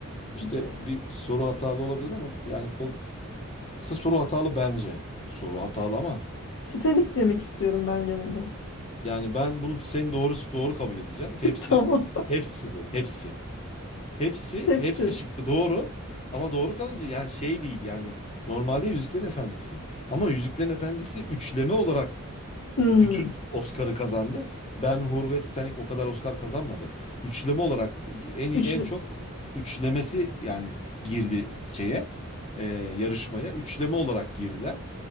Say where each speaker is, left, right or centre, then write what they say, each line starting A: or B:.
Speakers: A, on the left; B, on the left.
A: İşte
B: mesela
A: bir soru hatalı olabilir ama yani kol- Aslında soru hatalı bence. Bu soru hatalı ama
B: Titanic demek istiyorum ben gene de.
A: yani ben bunu senin doğrusu doğru kabul edeceğim. Hepsi
B: <laughs> Tamam.
A: hepsi bu. Hepsi. Hepsi
B: Hepsi.
A: hepsi şıkkı doğru ama doğru kalıcı yani şey değil yani normalde Yüzüklerin Efendisi. Ama Yüzüklerin Efendisi üçleme olarak
B: Hmm.
A: bütün Oscar'ı kazandı. Ben-Hur ve Titanic o kadar Oscar kazanmadı. Üçleme olarak en iyi-
B: Üçlü.
A: en çok üçlemesi yani girdi şeye e, yarışmaya. Üçleme olarak girdiler.